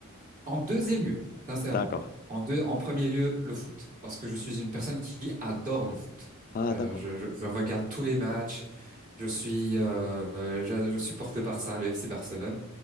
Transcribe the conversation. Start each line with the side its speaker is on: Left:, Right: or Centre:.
Right: en deuxième lieu, sincèrement.
Left: D'accord.
Right: En deux, en premier lieu, le foot, parce que je suis une personne qui adore le foot.
Left: Ah,
Right: Euh,
Left: d'accord.
Right: je, je- je regarde tous les matchs. Je suis, euh, euh, j'a- je, supporte le Barça, le FC Barcelone